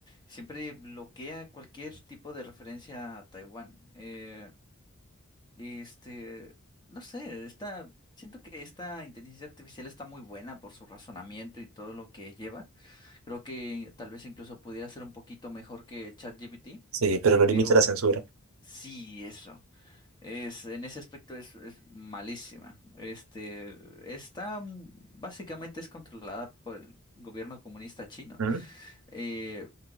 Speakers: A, on the left; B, on the right.
A: siempre bloquea cualquier tipo de referencia a Taiwán. Eh, Este, no sé, está, siento que esta inteligencia artificial está muy buena por su razonamiento y todo lo que lleva. Creo que tal vez incluso pudiera ser un poquito mejor que ChatGPT,
B: Sí, pero lo limita
A: pero
B: la censura.
A: sí, eso. Es, en ese aspecto es, es malísima. Este, está, mm, básicamente es controlada por el gobierno comunista chino,
B: ¿Mm?
A: eh,